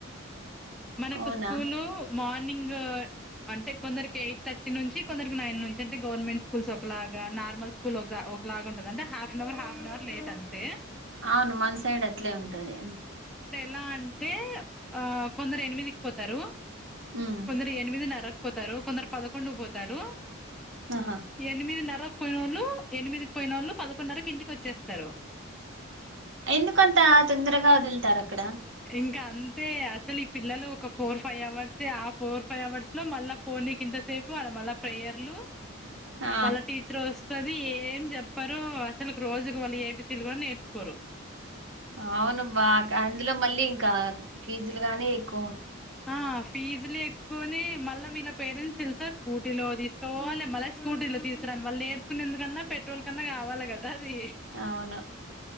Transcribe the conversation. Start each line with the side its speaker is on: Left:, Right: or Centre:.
Centre: మనకు
Right: అవునా
Centre: స్కూలు మార్నింగ్ అంటే కొందరికి ఎయిట్ థర్టీ నుంచి కొందరికి నైన్ నుంచి అంటే గవర్నమెంట్ స్కూల్స్ ఒకలాగా నార్మల్ స్కూల్ ఒక ఒకలాగా ఉంటది అంటే హాఫ్ నవర్ ఆఫనవర్ లేట్ అంతే
Right: అవును మన సైడ్ అట్లే ఉంటది
Centre: లా అంటే కొందరు ఎనిమిది పోతారు
Right: ఉమ్
Centre: కొందరు ఎనిమినరా పోతారు కొందరు పదకొండు పోతారు
Right: ఆహా
Centre: ఎనిమిదిన్నర పోయినోళ్ళు ఎనిమిదికి పోయినోళ్ళు పదకొండున్నరకు ఇంటికి వచ్చేస్తారు
Right: ఎందుకు అంత తొందరగా వదులుతారు అక్కడ
Centre: ఇంకా అంతే అసలు ఈ పిల్లలు ఒక ఫోర్ ఫైవ్ అవర్స్ ఆ ఫోర్ ఫైవ్ అవర్స్ లో మళ్ళ ఫోనీ కింత సేపు ఆడ మళ్ళ ప్రేయర్లు
Right: ఆ
Centre: వాళ్ళ టీచర్ వస్త అది ఏం చెప్పారు అసలు రోజుకు వాళ్ళు ఏబి సీలు కూడా నేర్చుకోరు
Right: అవును బా అందులో మళ్ళీ ఇంకా ఫీజులు గానీ ఎక్కు
Centre: ఆ ఫీజులు ఎక్కువనే మళ్ళా వీళ్ళ పేరెంట్స్ తెలుసా స్కూటీలో తీసుకపోవాలే మళ్ళ స్కూటీలో తీసుకురాను వాళ్ళు నేర్చకునేందుకన్నా పెట్రోల్ న్నా కావాలి కదా అది
Right: అవును